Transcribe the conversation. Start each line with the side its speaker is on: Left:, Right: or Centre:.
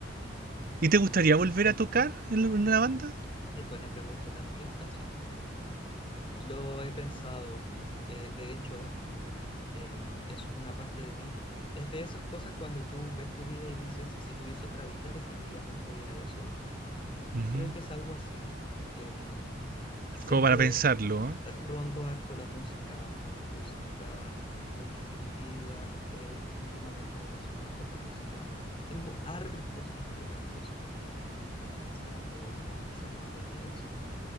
Right: ¿Y te gustaría
Left: Un bello.
Right: volver a tocar en la- en una banda?
Left: Es buena pregunta también, Francisco. Lo he pensado. eh, de hecho, em, es una parte de mí. Es de esas cosas cuando tú ves tu vida y dices, si tuviese otra vida, definitivamente haría eso.
Right: Ujú,
Left: Creo que es algo así. Em, sé
Right: Como para
Left: que
Right: pensarlo, ¿eh?
Left: rondo harto la música, me gusta mucho que mi vida esté íntimamente relacionada con la música. Tengo hartos instrumentos en mi, mi casa hoy, quizás más de 10